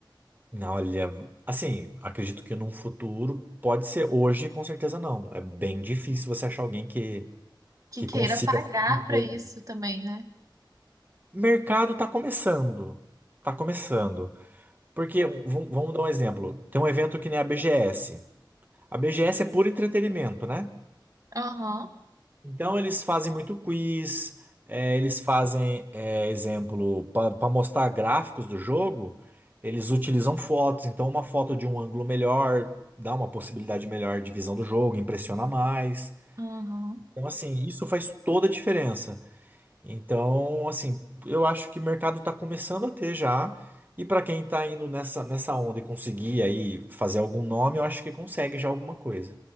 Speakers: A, on the right; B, on the right.
A: não, olha, assim, acredito que num futuro pode ser hoje, com certeza não. É bem difícil você achar alguém que,
B: Que
A: que
B: queira
A: consiga
B: pagar
A: viver.
B: pra isso também, né?
A: Mercado tá começando. Tá começando. Porque, v- vamos dar um exemplo. Tem um evento que nem a BGS. A BGS é puro entretenimento, né?
B: Aham.
A: Então eles fazem muito quiz, eh, eles fazem, eh, exemplo, para mostrar gráficos do jogo, eles utilizam fotos, então uma foto de um ângulo melhor dá uma possibilidade melhor de visão do jogo, impressiona mais.
B: Aham.
A: Então, assim, isso faz toda a diferença. Então, assim, eu acho que o mercado está começando a ter já, e para quem está indo nessa, nessa onda e conseguir aí fazer algum nome, eu acho que consegue já alguma coisa.